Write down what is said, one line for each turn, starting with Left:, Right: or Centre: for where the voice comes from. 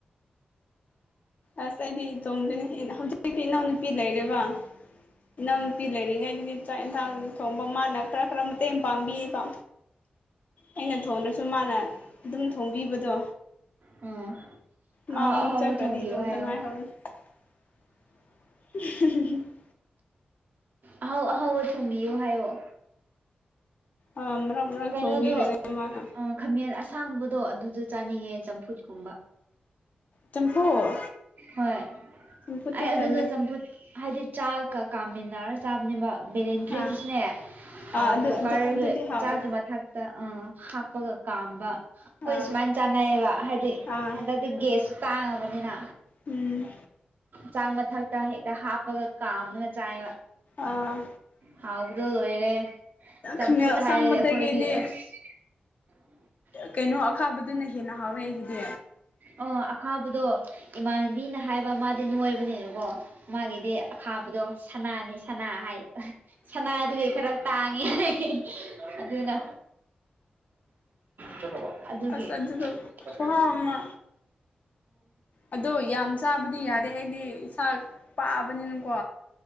Left: ꯑꯁ ꯑꯩꯗꯤ ꯢꯇꯣꯝꯗꯅꯤ ꯍꯧꯖꯤꯛ ꯏꯅꯥꯎꯅꯨ ꯅꯨꯄꯤ ꯂꯩꯔꯦꯕ ꯏꯅꯥꯎ ꯅꯨꯄꯤ ꯂꯩꯔꯤꯉꯩꯗꯗꯤ ꯆꯥꯛ ꯢꯟꯁꯥꯡ ꯊꯣꯡꯕ ꯃꯥꯅ ꯈꯔ ꯈꯔ ꯃꯇꯦꯡ ꯄꯥꯡꯕꯤꯌꯦꯕ ꯑꯩꯅ ꯊꯣꯡꯗ꯭ꯔꯁꯨ ꯃꯥꯅ ꯑꯗꯨꯝ ꯊꯣꯡꯕꯤꯕꯗꯣ
Right: ꯎꯝ ꯑꯍꯥꯎ
Left: ꯃꯥ ꯃꯨꯛ
Right: ꯑꯍꯥꯎꯕ
Left: ꯆꯠꯈ꯭ꯔꯗꯤ
Right: ꯊꯣꯡꯕꯤꯌꯨ ꯍꯥꯏꯌꯣ
Left: <unintelligible>
Right: ꯑꯍꯥꯎ ꯑꯍꯥꯎꯕ ꯊꯣꯡꯕꯤꯌꯣ ꯍꯥꯏꯌꯣ
Left: ꯑꯥ ꯃꯔꯛ ꯃꯔꯛ
Right: ꯀꯩꯅꯣꯗꯣ
Left: ꯊꯣꯡꯕꯤꯔꯦꯅꯦ ꯃꯥꯅ
Right: ꯑꯥ ꯈꯥꯃꯦꯟ ꯑꯁꯥꯡꯕꯗꯣ ꯑꯗꯨꯗꯣ ꯆꯥꯅꯤꯡꯉꯦ ꯆꯝꯐꯨꯠ ꯀꯨꯝꯕ
Left: ꯆꯝꯐꯨꯠ
Right: ꯍꯣꯏ
Left: ꯆꯝꯐꯨꯠꯇꯤ
Right: ꯑꯩ
Left: ꯇꯜꯂꯦ
Right: ꯑꯗꯨꯗ ꯆꯝꯐꯨꯠ ꯍꯥꯏꯗꯤ ꯆꯥꯛꯀ ꯀꯥꯃꯤꯟꯅꯔ ꯆꯥꯕꯅꯦꯕ ꯕꯦꯂꯦꯟꯗ꯭ꯔꯤꯗꯨꯁꯨꯅꯦ
Left: ꯑꯥ
Right: ꯑꯥ
Left: ꯑꯗꯨ
Right: ꯀꯨꯀꯔꯒ
Left: ꯑꯗꯨ ꯑꯗꯨꯗꯤ ꯍꯥꯎꯋꯦ
Right: ꯃꯊꯛꯇ ꯑꯥ ꯍꯥꯞꯄꯒ ꯀꯥꯝꯕ ꯈꯣꯏ
Left: ꯑꯥ
Right: ꯁꯨꯃꯥꯏꯅ ꯆꯥꯅꯩꯌꯦꯕ ꯍꯥꯏꯗꯤ
Left: ꯑꯥ
Right: ꯍꯟꯗꯛ ꯇꯒꯦꯁ ꯁ꯭ꯇꯥꯢꯜ ꯑꯃꯅꯦꯅ
Left: ꯎꯝ
Right: ꯆꯥꯛ ꯃꯊꯛꯇ ꯍꯦꯛꯇ ꯍꯥꯞꯄꯒ ꯀꯥꯝꯃ ꯆꯥꯏꯕ
Left: ꯑꯥ
Right: ꯍꯥꯎꯕꯗꯨ ꯂꯣꯏꯔꯦ ꯆꯝꯐꯨꯠ
Left: ꯈꯥꯃꯦꯜ ꯑꯁꯥꯡꯕꯗꯒꯤꯗꯤ
Right: ꯍꯥꯏꯔꯗꯤ ꯑꯩꯈꯣꯏꯗꯤ ꯎꯁ <unintelligible>
Left: ꯀꯩꯅꯣ ꯑꯈꯥꯕꯗꯨꯅ ꯍꯦꯟꯅ ꯍꯥꯎꯋꯦ ꯑꯩꯒꯤꯗꯤ
Right: ꯑꯣ ꯑꯈꯥꯕꯗꯣ ꯏꯃꯥꯟꯅꯕꯤꯅ ꯍꯥꯏꯕ ꯃꯥꯗꯤ ꯅꯣꯏꯕꯅꯤꯅꯀꯣ ꯃꯥꯒꯤꯗꯤ ꯑꯈꯥꯕꯗꯣ ꯁꯅꯥꯅꯤ ꯁꯅꯥ ꯍꯥꯏ ꯑꯥ ꯁꯅꯥꯗꯨꯗꯤ ꯈꯔ ꯇꯥꯡꯉꯦ ꯍꯥꯢ ꯑꯗꯨꯅ ꯆꯠꯈꯔꯕꯣ ꯑꯗꯨꯒꯤ
Left: ꯑꯁ ꯑꯗꯨꯗꯣ
Right: ꯀꯥꯢ ꯆꯠꯈ꯭ꯔꯤꯕ
Left: ꯈꯨꯍꯥꯎ ꯑꯃ ꯑꯗꯣ ꯌꯥꯝ ꯆꯥꯕꯗꯤ ꯌꯥꯗꯦ ꯑꯩꯗꯤ ꯏꯁꯥ ꯄꯥꯕꯅꯤꯅꯀꯣ